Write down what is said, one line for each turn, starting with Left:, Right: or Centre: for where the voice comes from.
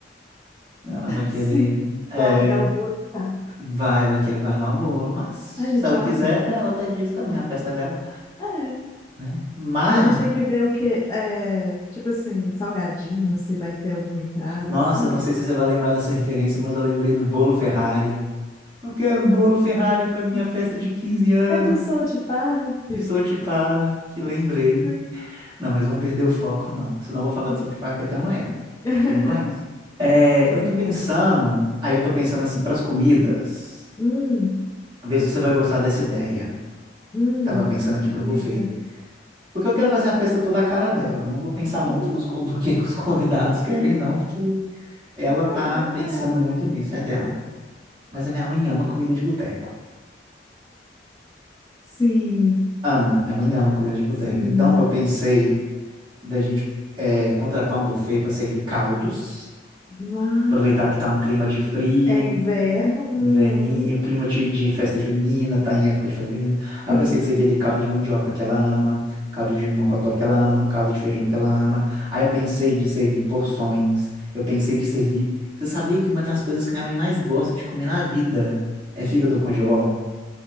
Right: né? Ela vai querer,
Left: Sim,
Right: é,
Left: guardar o bolo intacto.
Right: vai, vai querer guardar o bolo. Mas
Left: Ai, gente,
Right: se ela
Left: eu
Right: quiser,
Left: amei.
Right: é dela, é disso também, a festa é dela,
Left: É,
Right: né? Mas,
Left: a gente tem que ver o que é, tipo assim, salgadinho, se vai ter alguma entrada,
Right: nossa,
Left: sabe?
Right: não sei se você vai lembrar dessa referência, mas eu lembrei do bolo Ferrari. Eu quero um
Left: Uhum.
Right: bolo Ferrari para minha festa de 15 anos,
Left: É de South Park.
Right: de Sochi Park, lembrei.
Left: Sim,
Right: Não, mas vão perder o foco, não. Senão eu vou falar
Left: sim.
Right: de South Park até amanhã.
Left: <laughs>
Right: Você me conhece. É,
Left: Sim.
Right: eu tô pensando, aí eu tô pensando assim, para as comidas,
Left: Hum,
Right: ver se você vai gostar dessa ideia.
Left: hum.
Right: Tava pensando aqui pro
Left: Diga.
Right: buffet. Porque eu quero fazer a festa toda a cara dela. Eu não vou pensar muito
Left: Uhum.
Right: nos, co- <laughs> no que que os convidados querem, não, porque ela tá
Left: Ah,
Right: pensando
Left: é dela,
Right: muito
Left: né?
Right: nisso, é dela. Mas a minha mãe ama comida de boteco.
Left: Sim,
Right: Ama, minha mãe ama comida de boteco.
Left: sim.
Right: Então eu pensei da gente é, contratar um buffet para servir caldos.
Left: Ah,
Right: Aproveitar que tá um clima de frio,
Left: é inverno. Uhum,
Right: inverninho, clima de, de festa junina, tá em época de festa junina. Aí
Left: sim.
Right: eu pensei de servir ali caldo de mandioca que ela ama, caldo de mocotó que ela
Left: Ótimo.
Right: ama, caldo de feijão que ela ama. Aí eu pensei de servir porções, eu pensei de servir. Você sabia que uma das coisas que minha mãe mais gosta de comer na vida é fígado congeló?